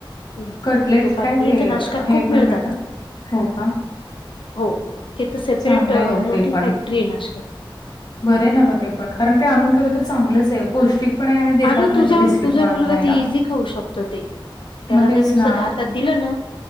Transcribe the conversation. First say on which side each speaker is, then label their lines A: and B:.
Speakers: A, on the left; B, on the left.
A: हम्म
B: कटलेट
A: ते तुपातले
B: काय ते,
A: इथे नाशकात
B: हे
A: खूप
B: पण
A: मिळतात
B: भेट हो का?
A: हो, तिथ सेपरेट,
B: चांगलं आहे बघ
A: मोठी
B: ते पण
A: फॅक्टरी आहे, नाशिकात
B: बरं आहे ना ग ते पण, कारण ते आणून ठेवलं तर चांगलंच आहे, पौष्टिक पण आहे आणि देता
A: अगं
B: पण
A: तुझा,
B: येते बिस्किट
A: तुझा
B: म्हणून
A: मुलगा
B: खायला
A: ते इझी खाऊ शकतो ते त्याला
B: मग तेच
A: जर नुसंत
B: ना
A: हातात दिलं ना,